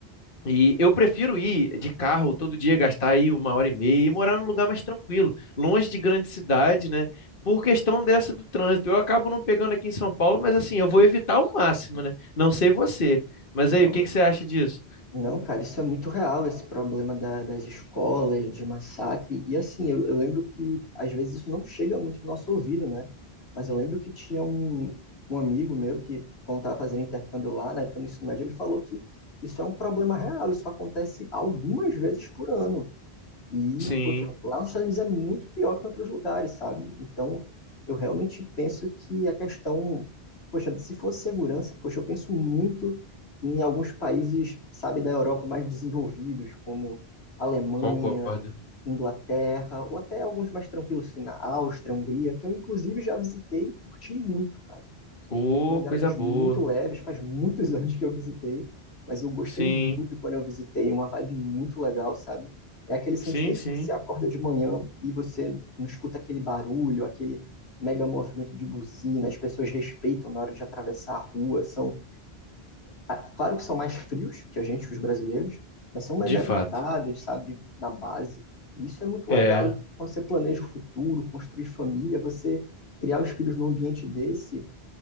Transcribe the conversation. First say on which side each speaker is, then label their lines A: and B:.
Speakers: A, on the left; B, on the left.
A: e eu prefiro ir de carro todo dia, gastar aí uma hora e meia e morar num lugar mais tranquilo, longe de grande cidade, né? Por questão dessa do trânsito. Eu acabo não pegando aqui em São Paulo, mas assim, eu vou evitar ao máximo, né? Não sei você. Mas
B: não,
A: aí, o que que você acha disso?
B: Não, cara, isso é muito real, esse problema da- das escolas, de massacre. E assim, eu, eu lembro que às vezes isso não chega muito no nosso ouvido, né? Mas eu lembro que tinha um, um amigo meu que, quando estava fazendo intercâmbio lá, na época do ensino médio, ele falou que isso é um problema real, isso acontece algumas vezes por ano. E,
A: Sim,
B: poxa, lá nos Estados Unidos é muito pior que em outros lugares, sabe? Então, eu realmente penso que a questão, poxa, se fosse segurança, poxa, eu penso muito em alguns países, sabe, da Europa mais desenvolvidos, como Alemanha,
A: concordo.
B: Inglaterra, ou até alguns mais tranquilos, assim, na Áustria, Hungria, que eu inclusive já visitei e curti muito, cara
A: Ô,
B: lugares
A: coisa boa.
B: muito leves, faz muitos <laughs> anos que eu visitei, mas eu gostei
A: Sim,
B: muito quando eu visitei, uma vibe muito legal, sabe? É aquele sentimento
A: sim, sim.
B: que você acorda de manhã e você não escuta aquele barulho, aquele mega movimento de buzina, as pessoas respeitam na hora de atravessar a rua, são, ah, claro que são mais frios que a gente, que os brasileiros, mas são mais
A: De
B: educados,
A: fato.
B: sabe, na base. E Isso é muito
A: É.
B: legal. E Quando você planeja o futuro, construir família, você criar os filhos num ambiente desse